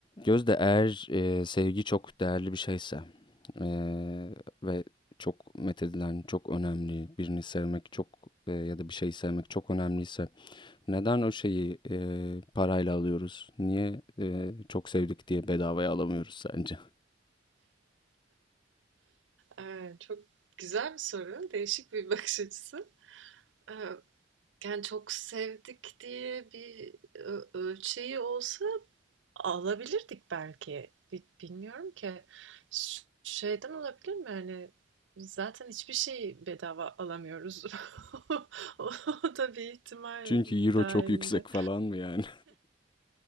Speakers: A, on the left; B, on the right.
A: Gözde eğer e, sevgi çok değerli bir şeyse e, ve çok methedilen, çok önemli, birini sevmek çok e, ya da bir şeyi sevmek çok önemliyse neden o şeyi e, parayla alıyoruz? Niye e, çok sevdik diye bedavaya alamıyoruz sence?
B: Eee, çok güzel bir soru. Değişik bir bakış açısı. Eee, yani çok sevdik diye bir ö- ölçeği olsa alabilirdik belki. Bi- Bilmiyorum ki. Ş- Şeyden olabilir mi? Yani zaten hiçbir şeyi bedava alamıyoruz. <laughs> O o da bir ihtimal
A: Çünkü euro
B: dahilinde.
A: çok yüksek falan mı yani?